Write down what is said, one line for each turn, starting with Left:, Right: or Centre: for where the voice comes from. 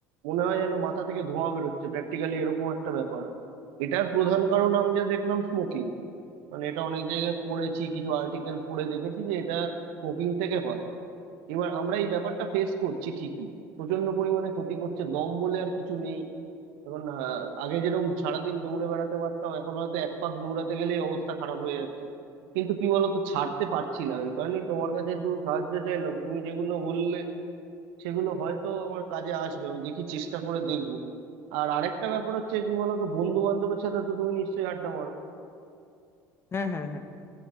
Right: মনে হয় যেন মাথা থেকে ধোঁয়া বেরোচ্ছে প্র্যাকটিক্যালি এরকম একটা ব্যাপার হয় এটার প্রধান কারণ আমি যা দেখলাম স্মোকিং মানে এটা অনেক জায়গায় পড়েছি কিছু আর্টিকেল পড়ে দেখেছি যে এটা স্মোকিং থেকে হয় এবার আমরা এই ব্যাপারটা ফেস করছি ঠিকই প্রচন্ড পরিমাণে ক্ষতি করছে দম বলে আর কিছু নেই এখন আহ, আগে যেরকম সারাদিন দৌড়ে বেড়াতে পারতাম এখন হয়তো এক পাক দৌড়াতে গেলেই অবস্থা খারাপ হয়ে যাচ্ছে কিন্তু কি বলতো ছাড়তে পারছি না ওই কারণেই তোমার কাছে একটু সাহায্য চাইলাম তুমি যেগুলো বললে সেগুলো হয়তো আমার কাজে আসবে আমি দেখি চেষ্টা করে দেখবো আর আরেকটা ব্যাপার হচ্ছে কি বলতো বন্ধু বান্ধবের সাথে তো তুমি নিশ্চয়ই আড্ডা মারো
Left: হ্যাঁ হ্যাঁ হ্যাঁ